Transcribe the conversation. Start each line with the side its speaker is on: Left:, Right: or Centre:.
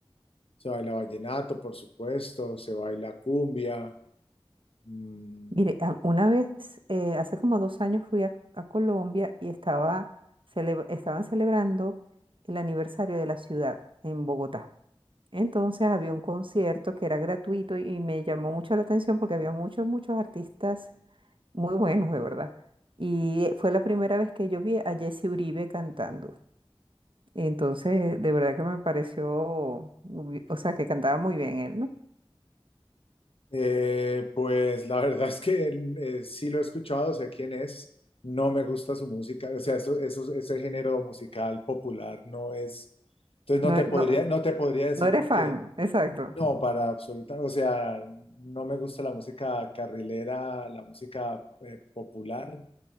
Left: se baila vallenato, por supuesto, se baila cumbia, mm,
Right: Mire, a- una vez, eh, hace como dos años fui a, a Colombia y estaba cele- estaban celebrando el aniversario de la ciudad en Bogotá. Entonces había un concierto que era gratuito y, y me llamó mucho la atención porque había muchos, muchos artistas muy buenos, de verdad. Y eh, fue la primera vez que yo vi a Jesse Uribe cantando. Entonces, de verdad que me pareció, muy- o sea, que cantaba muy bien él, ¿no?
Left: Eh, pues la verdad es que eh, sí lo he escuchado, sé quién es, no me gusta su música, o sea, eso, eso, ese género musical popular no es, entonces no
Right: No,
Left: te
Right: eh,
Left: podría,
Right: no,
Left: no te podría decir
Right: no eres
Left: porque
Right: fan, exacto.
Left: no, para absoluta, o sea, no me gusta la música carrilera, la música eh, popular,